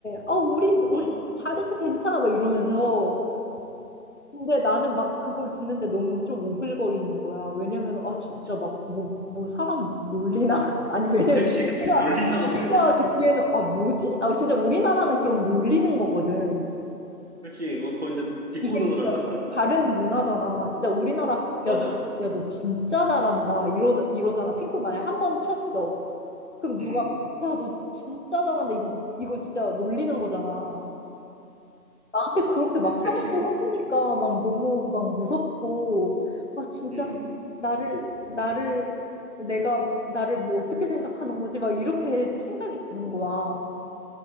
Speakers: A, on the left; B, on the right.
A: 어, 우리,
B: 어.
A: 우리 잘해서 괜찮아, 막 이러면서. 근데 나는 막 그걸 듣는데 너무 좀 오글거리는 거야. 왜냐면, 아, 진짜
B: 그치.
A: 막, 뭐, 뭐, 사람 놀리나? <laughs> 아니, 왜냐면,
B: 그치, 그치.
A: 우리가,
B: 놀린다고
A: 우리가
B: 생각해. <laughs>
A: 듣기에는, 아, 뭐지? 아, 진짜 우리나라는 그럼 놀리는 거거든.
B: 그치, 그거, 그거 이제 비꼬는
A: 이게
B: 거잖아.
A: 진짜
B: <laughs>
A: 다른 문화잖아. 진짜 우리나라
B: 맞아.
A: 야, 야, 너 진짜 잘한다. 이러 이러잖아. 핑퐁 만약에 한 번 쳤어. 그럼 누가
B: 음.
A: 야, 너 진짜 잘한다. 이거 이거 진짜 놀리는 거잖아. 나한테 그렇게 막
B: 그치,
A: 화나고
B: 그치.
A: 해주니까 막 너무 막 무섭고 아 진짜
B: 음,
A: 나를 나를 내가 나를 뭐 어떻게 생각하는 거지? 막 이렇게 생각이 드는 거야.